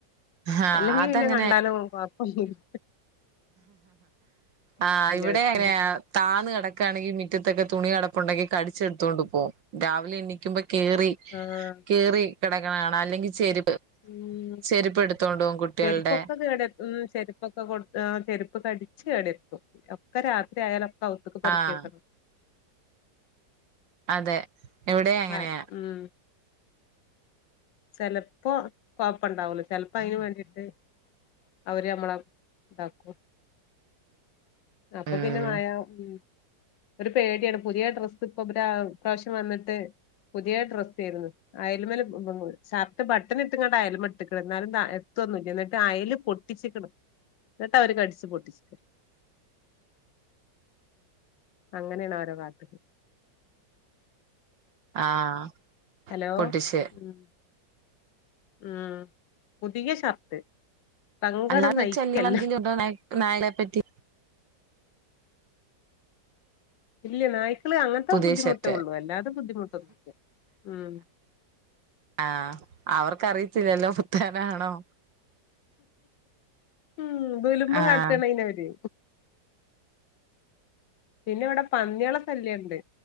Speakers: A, on the right; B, on the left.
A: ആഹ്
B: അല്ലെങ്കി
A: അതങ്ങനെ
B: പിന്നെ കണ്ടാലും കൊയപൊന്നും ഇല്ല
A: ആഹ് ഇവിടെ
B: അവർക്ക്
A: അങ്ങനെയാ താന്ന് കിടക്കുകയാണെങ്കിൽ മുറ്റത്തൊക്കെ തുണി കിടപ്പുണ്ടെങ്കി കടിച്ചെടുത്തുകോണ്ട് പോകും രാവിലെ എണ്ണിക്കുമ്പോ കേറി
B: ആഹ്
A: കീറി ഇട്ട്ണേ കാണാം അല്ലെങ്കിൽ ചെരുപ്പ്
B: ഉം
A: ചെരുപ്പ് എടുത്തോണ്ട് പോവും കുട്ടികളുടെ
B: ചെരുപ്പൊക്കെ കേടെര്ത്തും ഉം ചെരുപ്പൊക്കെ കൊടു ആഹ് ചെരുപ്പ് കടിച്ച് കേടുവരുത്തും ഒക്കെ രാത്രി ആയാല ഔത്ക്ക് പെറുക്കിവെക്കണം
A: ആഹ് അതെ ഇവിടെ അങ്ങനെയാ
B: ആഹ് ഉം ചെലപ്പോ കൊഴപ്പണ്ടാവുള്ളു ചെലപ്പോ അതിന് വേണ്ടിട്ട് അവര് നമ്മളെ ഇതാക്കും അപ്പൊ
A: ഉം
B: പിന്നെ മഴ ഉം ഒരു പേടിയാണ് പുതിയ ഡ്രസ്സ് ഇപ്പൊ ഈ പ്രാവശ്യം വന്നിട്ട് പുതിയ ഡ്രസ്സാരുന്നു അയൽമേല് <unintelligible> ഷർട്ട് ബട്ടണ് ഇട്ടുങ്ങാണ്ട് അയലുമെ ഇട്ടേക്കണ് എന്നാലും എത്തൊന്നുമില്ല എന്നിട്ട് അയല് പൊട്ടിച്ചിക്കണ്. ഇതൊക്കെ അവര് കടിച്ചു പൊട്ടിച്ചിക്കണ് അങ്ങനെയാണ് ഓരെ കാട്ടല്
A: ആഹ്
B: ഹലോ
A: പൊട്ടിച്ച്
B: ഉം ഉം പുതിയ ഷർട്ട് സങ്കടം
A: അല്ലാന്ന്
B: സഹിക്കല്ല
A: <unintelligible> എന്തീലും ഉണ്ടോ നായ് നായകളെപ്പറ്റി
B: ഇല്ല നായ്ക്കള് അങ്ങനത്തെ
A: പുതിയ
B: ബുദ്ധിമുട്ടേ
A: ഷർട്ട്
B: ഉള്ളൂ അല്ലാതെ ബുദ്ധിമുട്ടൊന്നും ഇല്ല ഉം
A: ആഹ് അവർക്കറിയത്തില്ലല്ലോ പുത്തനാണോ
B: ഉം ദുൽമ്
A: ആഹ്
B: കാട്ടണയിന് അവര് പിന്നെ ഇവിടെ പന്നികളുടെ ശല്യം ഇണ്ട്